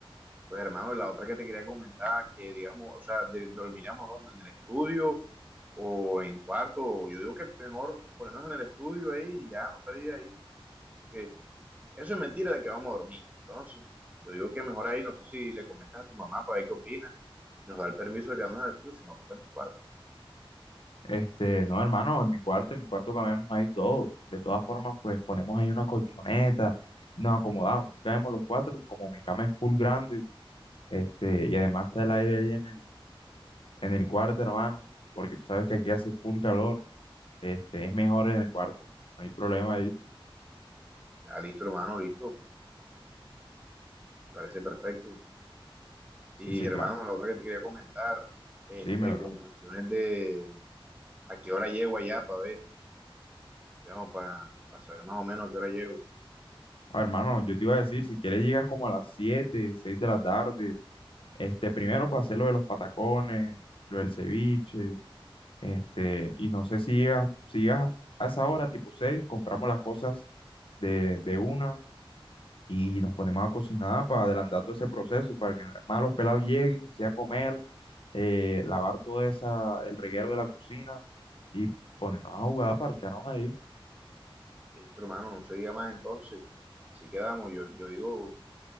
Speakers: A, on the right; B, on the left.
A: pues hermano, la otra que te quería comentar, que digamos, o sea, de- dormiríamos donde, en el estudio o en cuarto, o yo digo que mejor ponernos en el estudio ahí y ya no salir de ahí, porque eso es mentira de que vamos a dormir. Entonces, yo digo que mejor ahí, no sé si le comentas a tu mamá para ver qué opina, nos da el permiso de quedarnos en el estudio, si no toca en tu cuarto.
B: Este, no, hermano, en mi cuarto, en mi cuarto cabemos ahí todos. De todas formas, pues ponemos ahí una colchoneta y nos acomodamos. Y caemos los cuatro, como mi cama es full grande, este, y además está el aire ahí en el, en el cuarto, hermano, porque tú sabes que aquí hace full calor. Este, es mejor en el cuarto, no hay problema ahí.
A: Ah, listo, hermano, listo, me parece perfecto.
B: Sí,
A: Y
B: sí,
A: hermano,
B: claro.
A: la otra que te quería comentar, este,
B: Dime,
A: con
B: bro.
A: cuestiones de a qué hora llego allá para ver. Digamos, para, para saber más o menos a qué hora llego.
B: Ah, Hermano, yo te iba a decir, si quieres llegas como a las 7, 6 de la tarde, Este, primero para hacer lo de los patacones, lo del ceviche, este, y no sé si llegas, si llegas a esa hora, tipo 6 compramos las cosas de, de una y nos ponemos a cocinar para adelantar todo ese proceso, para que más los pelados lleguen, sea comer, eh, lavar todo esa, el reguero de la cocina y ponernos a jugar, parcharnos ahí.
A: Listo, hermano, no se diga más entonces. Así quedamos. Yo, yo digo, o